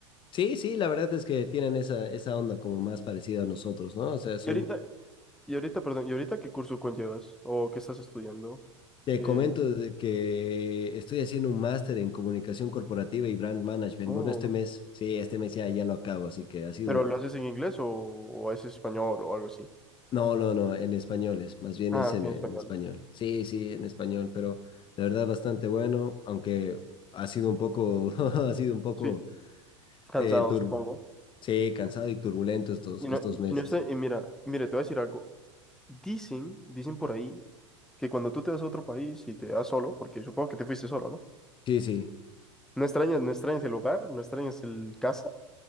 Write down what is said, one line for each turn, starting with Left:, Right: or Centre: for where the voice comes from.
Left: Sí, sí, la verdad es que tienen esa, esa onda como más parecida a nosotros, ¿no? O sea, son
Centre: Y ahorita, y ahorita, perdón, ¿y ahorita qué curso conllevas? ¿O qué estás estudiando?
Left: Te
Centre: ¿Qué?
Left: comento de que estoy haciendo un máster en comunicación corporativa y brand management.
Centre: Oh,
Left: Bueno, este mes, sí, este mes ya, ya lo acabo, así que ha sido...
Centre: ¿pero lo haces en inglés o, o es español o algo así?
Left: No, no, no, en español es, más bien
Centre: Ah,
Left: es en,
Centre: ok, en
Left: en
Centre: español.
Left: español. Sí, sí, en español, pero la verdad bastante bueno, aunque ha sido un poco, <laughs> ha sido un poco
Centre: Sí, cansado,
Left: eh, turbo.
Centre: supongo.
Left: Sí, cansado y turbulento estos,
Centre: Y
Left: estos
Centre: no, y,
Left: meses.
Centre: y no está, y mira, mire, te voy a decir algo. Dicen, dicen por ahí que cuando tú te vas a otro país y te vas solo, porque supongo que te fuiste solo, ¿no?
Left: Sí, sí.
Centre: No extrañas, no extrañas el hogar, no extrañas el casa